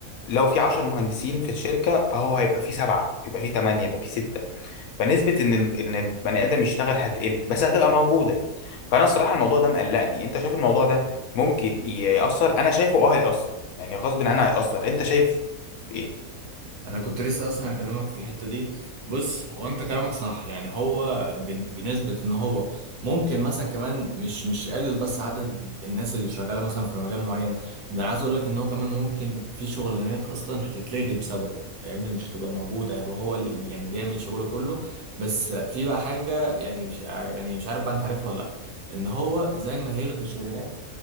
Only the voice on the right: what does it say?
انا كنت لسه اصلا هكلمك في الحته دي بص هو انت كلامك صح يعني هو بن- بنسبه ان هو ممكن مثلا كمان مش مش يقلل بس عدد الناس اللي شغاله مثلا في مجال معين ده انا عايز اقول لك ان هو كمان ممكن في شغلانات اصلا هتتلغي بسببه فاهمني مش هتبقى موجوده هيبقى هو اللي بي- يعني بيعمل شغله كله بس في بقى حاجه يعني مش ع- يعني مش عارف بقى انت عارفها ولا لا ان هو زي ما هيلغي الشغلانات